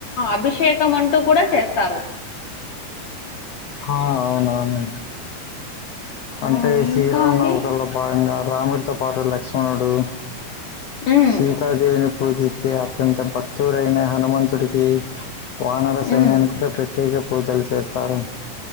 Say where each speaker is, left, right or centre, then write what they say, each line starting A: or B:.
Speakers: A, on the left; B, on the left.
A: అభిషేకం అంటూ కూడా చేస్తారు
B: ఆ అవునవును అంటే
A: ఆ! ఇంకా
B: సిరామనవమి
A: అండి
B: కల్లా భాగంగా రాముడితో పాటు లక్ష్మణుడు
A: హ్మ్.
B: సీతాదేవిని పూజిస్తే అత్యంత భక్తుడైన హనుమంతుడికి వానర
A: హ్మ్.
B: సైన్యానిక కూడ ప్రత్యేక పూజలు చేస్తారు